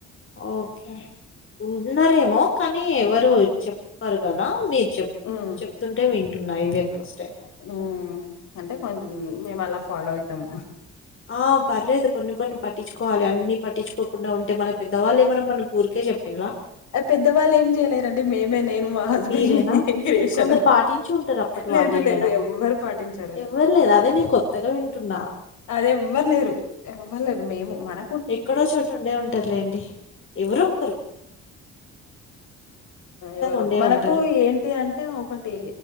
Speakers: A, on the left (about 40°); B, on the left (about 70°).
A: ఓకే ఉన్నారేమో కానీ ఎవరు చెప్పరు కదా మీరు చెప్
B: ఉమ్
A: చెప్తుంటే వింటున్నా ఇదే ఫస్ట్ టైమ్
B: ఉ అంటే కొ మేము అలా ఫాలో అయతాము
A: ఆ పర్లేదు కొన్ని కొన్ని పట్టించుకోవాలి అన్ని పట్టించుకోకుండా ఉంటే మన పెద్దవాళ్ళు ఏమన్న మనకు ఊరికే చెప్పింలా
B: ఆ పెద్దవాళ్ళు ఏం చేయలేరండి మేమే నేను మా హస్బెండ్
A: మీరేనా
B: ని క్రియేషను
A: కొందరు పాటించి ఉంటారు అప్పటి
B: లేదు
A: వాళ్ళు ఏమైనా
B: లేదు ఎవరు పాటించ
A: ఎవ్వరు లేద అదే నేను కొత్తగా వింటున్నా
B: అది ఎవ్వరులేరు ఎవ్వరులేరు మేము మన
A: ఎక్కడో చోట ఉండే ఉంటదిలేండి ఎవరు ఒక్కరు
B: ఎవరు
A: ఉండే
B: మనకు
A: ఉంటారు
B: ఏంటి అంటే ఒకటి